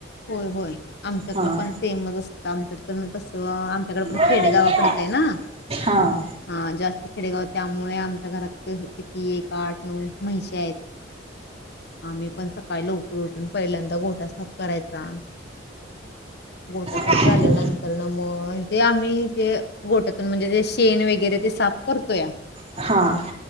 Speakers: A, on the left (about 60°); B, on the right (about 35°).
A: होय होय आमच्याकड
B: हा
A: पण सेम असतं म कसं आमच्याकडे पण
B: हा
A: खेडेगावाकडेच आहे ना
B: हा
A: हा जास्त खेडेगावात त्यामुळे आमच्या घरात किती एक आठ नऊ महिसे आहेत आम्ही पण स काय लवकर उठून पहिल्यांदा घोटा करायचा गोटा साप
B: हा
A: झाल्यानंतर ना मग जे आम्ही जे गोट्यातून म्हणजे ते शेण वगैरे ते साफ करतो या
B: हा